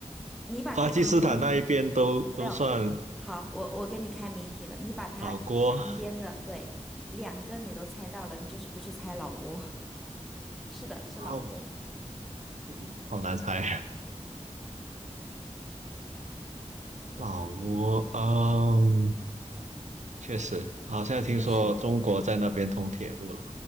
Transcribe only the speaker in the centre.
你把它旁边的
没有，好，我我给你开谜题了，你把它
边的对两个你都猜到了，你就是不去猜老挝，<laughs> 是的，是老挝，
确实，